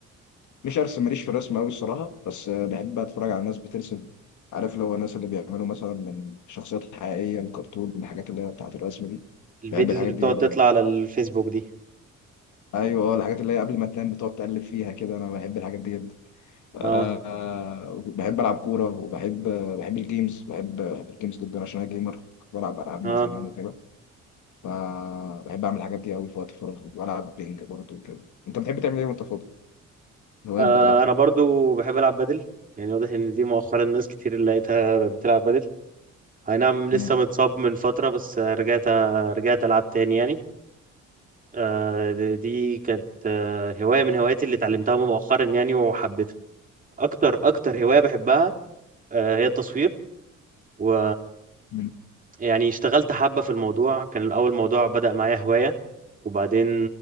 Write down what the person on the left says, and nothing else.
مش ارسم ماليش في الرسم قوي الصراحه بس أه بحب اتفرج على ناس بترسم عارف اللي هو الناس اللي بيعملوا مثلا من شخصيات حقيقيه الكرتون الحاجات اللي هي بتاعه الرسم دي
بحب الحاجات
دي جدا
ايوه آه، الحاجات اللي هي قبل ما تنام بتقعد تقلب فيها كده انا بحب الحاجات دي جدا آه
بحب العب كوره وبحب بحب الجيمز بحب بحب الجيمز جدا عشان انا جيمر كنت بلعب العاب من
زمان وكده فبحب اعمل الحاجات دي قوي في وقت فراغي والعب بينج برضه وكده انت بتحب تعمل ايه وانت فاضي الهوايات
بتاعتك
مم.
مم.